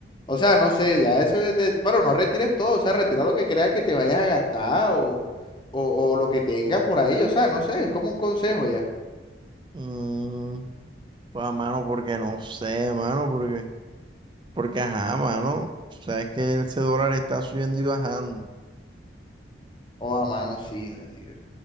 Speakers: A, on the left; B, on the right.
A: O sea, no sé, ya eso es de, bueno, no retires todo, o sea, retira lo que creas que te vayas a gastar o, o, o lo que tengas por ahí, o sea, no sé, es como un consejo ya.
B: Mm, Juan, mano, porque no sé, mano, porque, porque ajá, mano. Sabes que ese dólar está subiendo y bajando.
A: O a mano, sí, marica.